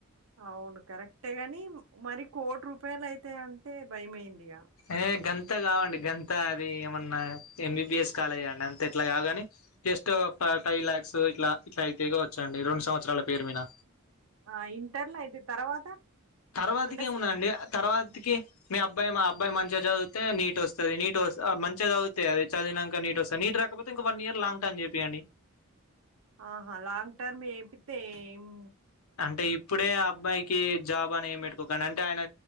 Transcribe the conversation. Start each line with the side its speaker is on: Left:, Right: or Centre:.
Right: అవును కరెక్టే గాని మరి కోటి రూపాయలు అయితే అంటే భయమైందిగ.
Left: ఏ గంత అంత కావండి గంత అది ఏమన్నా ఎంబీబిఎస్ కాలేజ అండి అంత ఇట్లా కావుగాని జస్ట్ ఒక ఫైవ్ ల్యాక్స్ ఇట్లా ఇట్లా అయితగా వచ్చండి రెండు సంవత్సరాల పేరు మీద
Right: ఆ ఇంటర్లో అయితే తర్వాత
Left: తర్వాతకి
Right: అంటే
Left: ఏమున్నదండి
Right: స్
Left: తర్వాత కి మీ అబ్బాయి మా అబ్బాయి మంచిగా చదివితే నీట్ వస్తది నీట్ వ మంచిగా చదువుతే అది చదివినాక నీ వస్తా నీట్ రాకపోతే ఇంక వన్ ఇయర్ లాంగ్ టర్మ్ చేపియండి
Right: ఆహా లాంగ్ టర్మ్ ఎపిత్తే ఎమో
Left: అంటే ఇప్పుడే ఆ అబ్బాయికి కి జాబ్ అని ఏం పెట్టుకోకండి అంటే ఆయన